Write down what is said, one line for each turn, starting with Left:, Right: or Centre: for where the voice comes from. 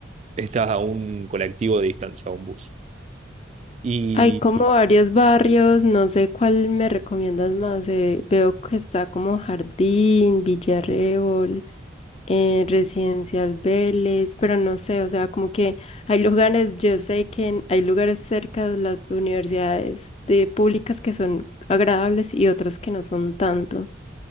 Right: Estás a un colectivo de distancia, a un bus. Y
Left: Hay como varios barrios, no sé cuál me recomiendas más. eh, veo que está como Jardín, Villarreal. eh, Residencial Vélez, pero no sé, o sea, como que hay lugares, yo sé que en- hay lugares cerca de las universidades de públicas que son agradables y otros que no son tanto.